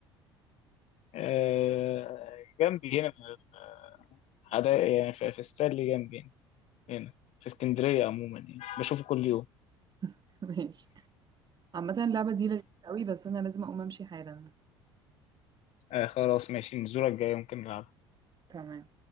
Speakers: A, on the left; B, on the right.
A: آه جنبي هنا في في حدا يعني في, في ستانلي جنبي هنا هنا في اسكندريه عموما يعني بشوفه كل يوم
B: <laughs> ماشي عامة اللعبة دي لذيذة قوي بس أنا لازم أقوم أمشي حالا
A: آه خلاص ماشي من الزوره الجايه ممكن نلعب
B: تمام